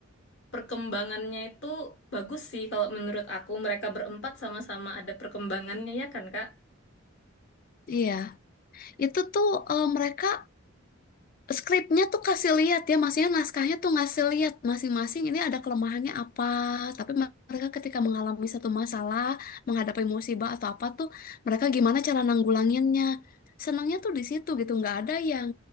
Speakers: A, on the left; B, on the left.
A: perkembangannya itu bagus sih kalau menurut aku. Mereka berempat sama-sama ada perkembangannya ya kan, Kak?
B: Iya, itu tuh eh, mereka skripnya tuh kasih lihat ya, maksudnya naskahnya tuh ngasih lihat masing-masing ini ada kelemahannya apa. Tapi mereka ketika mengalami satu masalah, menghadapi musibah atau apa tuh, mereka gimana cara nanggulanginnya. Senangnya tuh di situ gitu, nggak ada yang